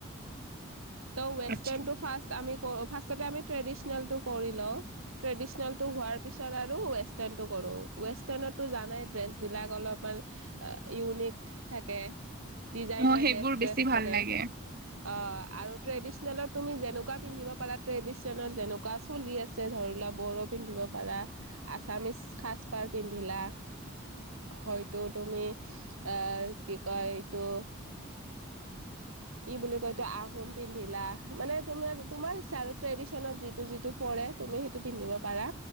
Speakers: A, on the right; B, on the right.
A: <inaudible>
B: ত ৱেষ্টাৰনটো
A: আচ্ছা,
B: ফাৰ্ষ আমি ফাৰ্ষ তাতে আমি ট্ৰেডিচিনেলটো কৰি লওঁ ট্ৰেডিচিনেলটো হোৱাৰ পিছত আৰু ৱেষ্টাৰ্ণটো কৰো। ৱেষ্টাৰ্ণতটো জানাই ড্ৰেছ বিলাক অলপমান ইউনিক থাকে। ডিজাইনাৰ
A: মোৰ সেইবোৰ
B: ডেছ
A: বেছি
B: ড্ৰেছ
A: ভাল
B: থাকে।
A: লাগে।
B: অ আৰু ট্ৰেডিচনেলত তুমি যেনেকুৱা পিন্ধিব পাৰা। ট্ৰেডিচনৰ যেনেকুৱা চলি আছে ধৰি লোৱা বড়ো পিন্ধিব পাৰা আছামিছ সাজ পাৰ পিন্ধিলা। হয়তো তুমি আহ কি কয় এইতো? কি বুলি কয় এতো আহোম পিন্ধিলা। মানে তোমাৰ তোমাৰ ইচ্ছা আৰু ট্ৰেডিশনত যিটো যিটো পৰে তুমি সেইটো পিন্ধিব পাৰা।